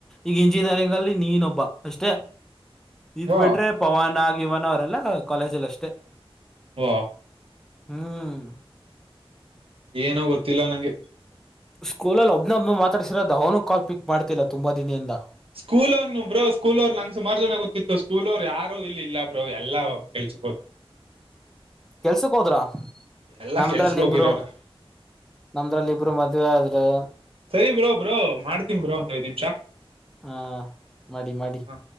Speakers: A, in the centre; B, on the right.
A: ಈಗ ಇಂಜಿನಿಯರಿಂಗ್ ಅಲ್ಲಿ ನೀನೊಬ್ಬ ಅಷ್ಟೇ. ಇದ್
B: ಬ್ರೋ
A: ಬಿಟ್ರೆ ಪವಾನ ಗಿವಾನ ಅವರೆಲ್ಲ ಕಾಲೇಜಲ್ಲಿ ಅಷ್ಟೆ.
B: ವಾ
A: ಹ್ಮ್
B: ಏನೋ ಗೊತ್ತಿಲ್ಲ ನಂಗೆ.
A: ಸ್ಕೂಲಲ್ಲಿ ಒಬ್ನೇ ಒಬ್ನ ಮಾತಾಡಿಸಿರೋದು ಅವನು ಕಾಲ್ ಪಿಕ್ ಮಾಡ್ತಿಲ್ಲ ತುಂಬ ದಿನದಿಂದ.
B: ಸ್ಕೂಲ್ ಅವ್ನು ಬ್ರೋ ಸ್ಕೂಲ್ ಅವ್ರು ನಂಗ್ ಸುಾಮಾರ್ ಜನ ಗೊತ್ತಿತ್ತು. ಸ್ಕೂಲ್ ಅವ್ರು ಯಾರು ಇಲ್ಲಿ ಇಲ್ಲ ಬ್ರೊ ಎಲ್ಲಾ ಕೆಲ್ಸಕ್ ಹೋದ್ರು.
A: ಕೆಲ್ಸಕ್ ಹೋದ್ರ
B: ಎಲ್ಲಾ
A: ನಮ್ದ್ರಲ್ಲಿಬ್ರು
B: ಕೆಲ್ಸಕ್ ಹೋಗಿರೋರು
A: ನಂದ್ರಲ್ಲಿ ಇಬ್ರು ಮದುವೆ ಆದ್ರು.
B: ಸರಿ ಬ್ರೋ ಬ್ರೋ ಮಾಡ್ತೀನಿ ಬ್ರೋ ಒಂದ್ ಐದ್ ನಿಮಿಷ
A: ಹಾ ಮಾಡಿ ಮಾಡಿ
B: ಹಾ